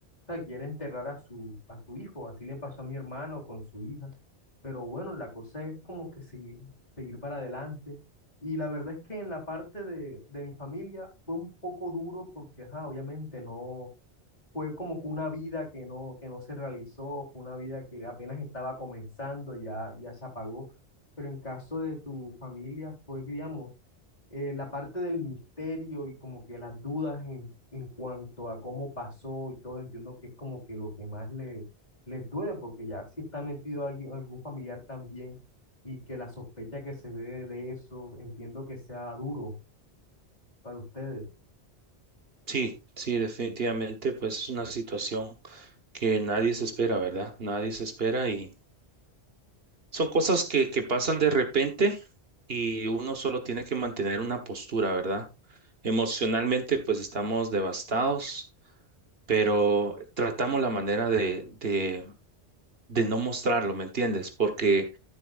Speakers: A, on the left (about 40°); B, on the right (about 60°).
A: sea, quiere enterrar a su, a su hijo. Así le pasó a mi hermano con su hija. Pero bueno, la cosa es como que seguir, seguir para adelante. Y la verdad es que en la parte de, de mi familia fue un poco duro porque, ajá, obviamente no. fue como que una vida que no, que no se realizó, fue una vida que apenas estaba comenzando, ya, ya se apagó. Pero en caso de tu familia fue, digamos, eh, la parte del misterio y como que las dudas en, en cuanto a cómo pasó y todo, entiendo que es como que lo que más le, les duele, porque ya si está metido alguien, algún familiar también y que la sospecha que se ve de eso, entiendo que sea duro para ustedes.
B: Sí, sí, definitivamente pues es una situación que nadie se espera, ¿verdad? Nadie se espera y Son cosas que, que pasan de repente y uno solo tiene que mantener una postura, ¿verdad? Emocionalmente, pues estamos devastados, pero tratamos la manera de, de, de no mostrarlo, ¿me entiendes? Porque